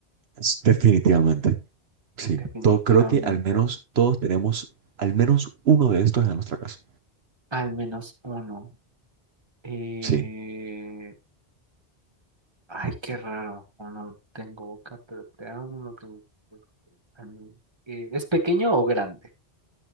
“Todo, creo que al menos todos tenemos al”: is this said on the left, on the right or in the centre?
Right